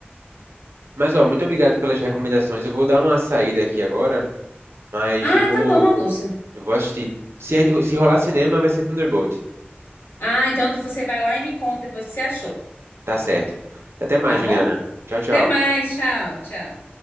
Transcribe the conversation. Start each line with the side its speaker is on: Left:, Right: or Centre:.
Right: Mas ó, muito obrigado pelas recomendações. Eu vou dar uma saída aqui agora, mas
Left: Ah,
Right: eu vou,
Left: tá bom, Augusta.
Right: eu vou assistir. Se, a gente- se rolar cinema, vai ser Thunderbolt.
Left: Ah, então você vai lá e me conta depois o que você achou.
Right: Tá certo. Até mais,
Left: Tá bom?
Right: Juliana. Tchau, tchau.
Left: Até mais. Tchau, tchau.